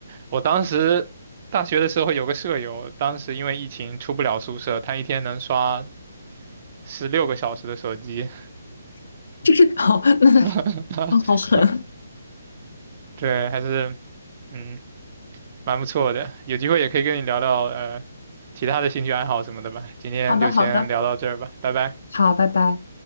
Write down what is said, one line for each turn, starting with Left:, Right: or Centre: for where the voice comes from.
Right: 我当时大学的时候有个舍友，当时因为疫情出不了宿舍，他一天能刷十六个小时的手机，
Left: <laughs> 就是好，<laughs> 那
Right: <laughs>
Left: 哦，好狠，
Right: 对，还是嗯蛮不错的。有机会也可以跟你聊聊呃其他的兴趣爱好什么的吧。今天就先聊到这儿吧，
Left: 好的，好的，
Right: 拜拜。
Left: 好，拜拜。